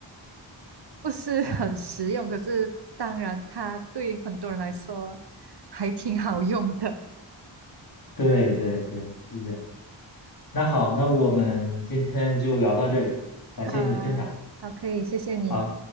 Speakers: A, on the right; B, on the left.
A: 不是很实用，可是当然它对很多人来说还挺好用的。
B: 对对对，是这样。那好，那我们今天就聊到这里，感谢你的分享。
A: 好啊，好，可以，谢谢你。
B: 好。